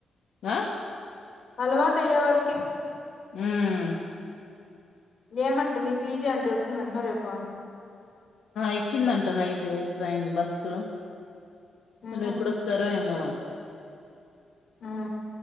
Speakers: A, on the left; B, on the left.
A: ఆ
B: అలవాటు అయ్యే వరకే
A: హ్మ్మ్
B: ఏమంట మీ పీజీ అంటే వస్తుంద అంటున్నా రేపా
A: ఎకిందంట నైట్ ట్రైన్ బస్సు వాళ్ళు
B: ఉహు
A: ఎప్పుడుొస్తారో ఏమవాల
B: ఆ